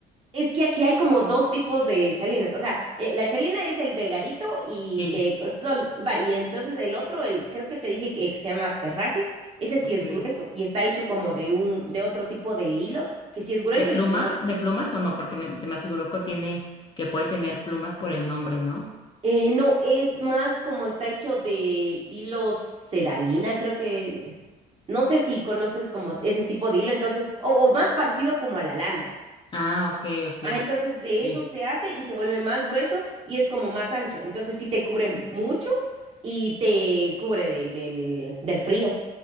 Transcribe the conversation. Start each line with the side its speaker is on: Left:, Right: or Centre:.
Right: Es que aquí hay como dos tipos de chalinas. O sea, eh, la chalina es el delgadito y
Left: Sí,
Right: que sol, va, y entonces el otro, el, creo que te dije que, que se llama perraje, ese sí
Left: ok.
Right: es grueso y está hecho como de un, de otro tipo de hilo, que sí es grueso
Left: ¿De
Right: y
Left: pluma?
Right: se vuelve.
Left: ¿De plumas o no? Porque me- se me figuró que tiene, que puede tener plumas por el nombre, ¿no?
Right: Eh, no, es más como está hecho de hilo sedalina, creo que. No sé si conoces como ese tipo de hilo, entonces, o, o más parecido como a la lana.
Left: Ah, ok, ok.
Right: Ah, entonces de
Left: Sí.
Right: eso se hace y se vuelve más grueso y es como más ancho. Entonces sí te cubre mucho y te cubre del, del, del frío.